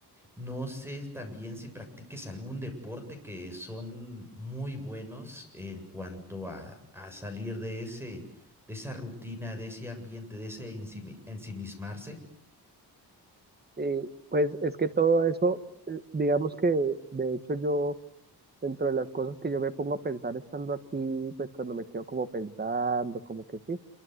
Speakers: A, in the centre; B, on the right (about 25°).
A: no sé también si practiques algún deporte que son muy buenos en cuanto a, a salir de ese, de esa rutina, de ese ambiente, de ese ensimi- ensimismarse.
B: Y pues es que todo eso, eh, digamos que de hecho yo, dentro de las cosas que yo me pongo a pensar estando aquí, pues cuando me quedo como pensando, como que sí,